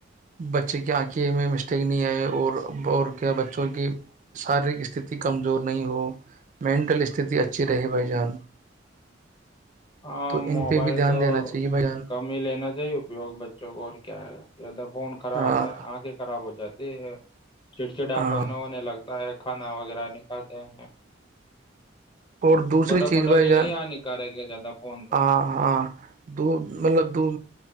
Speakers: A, on the right; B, on the left.
A: بچے کی آنکھیں میں مسٹیک نہیں آئے اور اور کیا بچوں کی شاریرک استھھی کمزور نہیں ہو مینٹل استھی اچھی رہے بھائی جان
B: ہاں
A: تو ان
B: موبائل
A: پہ بھی دھیان
B: تو
A: دینا چاہیے بھائی جان
B: کم ہی لینا چاہیے اپیوگ بچوں کو اور کیا ہے یاد فون خراب
A: ہاں
B: ہے آ کے خراب ہو جاتا کہ <inaudible> چڑچڑ
A: ہاں
B: اپن ہونے لگتا ہے کھانا وغیرہ نکھاتے ہیں
A: اور دوسری
B: بڑوں
A: چیز
B: بڑوں
A: بھائی
B: کے
A: جان
B: لیے ہانیکارک ہے زیادہ فون تو
A: ہاں ہاں دو مطلب دو